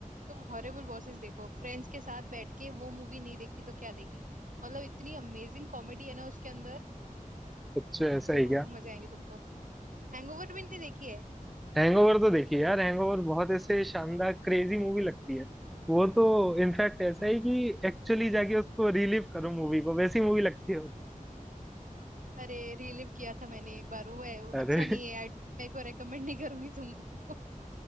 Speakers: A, on the right (about 65°); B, in the centre.
A: तुम हॉरिबल बॉसेस देखो फ्रेंड्स के साथ बैठ के वो मूवी नहीं देखी तो क्या देखी मतलब इतनी अमेजिंग कॉमेडी है ना उसके अंदर
B: कुछ ऐसा
A: जरूर
B: ही
A: मजे आएंगे तुमको हैंगओवर भी नहीं देखी है
B: हैंगओवर तो देखिए यार हैंगओवर बहुत ऐसे शानदार क्रेजी मूवी लगती है वो तो इनफैक्ट ऐसा
A: हाँ।
B: ही कि एक्चुअली जाके उसको रिलीव करो मूवी को वैसी मूवी लगती है
A: अरे रिलीव किया था मैंने एक बार वो है वो
B: अरे
A: अच्छा नहीं है I- मैं को रेकमेंड नहीं करूंगी तुमको